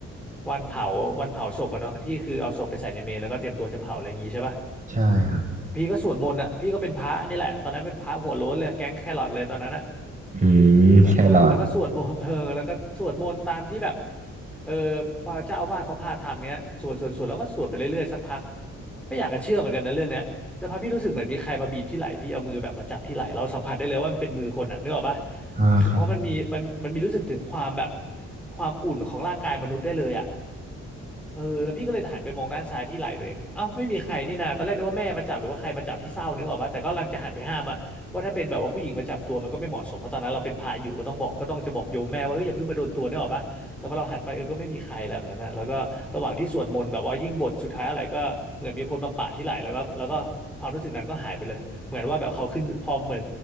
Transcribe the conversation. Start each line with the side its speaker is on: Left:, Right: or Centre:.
Centre: วันเผาวันเผาศพอะเนาะที่คือเอาศพไปใส่ในเมรุแล้วก็เตรียมตัวจะเผาอะไรอย่างงี้ใช่ปะ
Right: ใช่ครับ
Centre: พี่ก็สวดมนต์อ่ะพี่ก็เป็นพระนี่แหละตอนนั้นเป็นพระหัวโล้นเลยแก๊งแครอทเลยตอนนั้นอ่ะ
Right: อืมแครอท
Centre: แล้วเออแล้วก็สวดมนต์ <laughs> เออแล้วก็สวดมนต์ตามที่แบบเออพระเจ้าอาวาสเขาพาทำเงี้ยสวดสวดสวดแล้วก็สวดไปเรื่อยๆสักพักไม่อยากจะเชื่อเหมือนกันนะเรื่องเนี้ยสักพักพี่รู้สึกเหมือนมีใครมาบีบที่ไหล่พี่เอามือแบบมาจับที่ไหล่เราสัมผัสได้เลยว่ามันเป็นมือคนอ่ะนึกออกปะ
Right: อ่าครับ
Centre: คือเพราะมันมีมันมันมีรู้สึกถึงความแบบความอุ่นของร่างกายมนุษย์ได้เลยอ่ะ เออแล้วพี่ก็เลยหันไปมองด้านซ้ายที่ไหล่ตัวเองเอ้าไม่มีใครนี่นาตอนแรกนึกว่าแม่มาจับหรือว่าใครมาจับที่เศร้านึกออกปะแต่ก็กำลังจะหันไปห้ามอะเพราะถ้าเป็นแบบว่าผู้หญิงมาจับตัวมันก็ไม่เหมาะสมเพราะตอนนั้นเราเป็นพระอยู่ก็ต้องบอกก็ต้องจะบอกโยมแม่ว่าเอออย่าเพิ่งมาโดนตัวนึกออกปะแต่พอเราหันไปเออก็ไม่มีใครแล้วแบบนั้นนะแล้วก็ระหว่างที่สวดมนต์แบบว่ายิ่งบทสุดท้ายอะไรก็เหมือนมีคนมาปะที่ไหล่แล้วก็แล้วก็ความรู้สึกนั้นก็หายไปเลยเหมือนว่าแบบเขาขึ้นพอเหมือน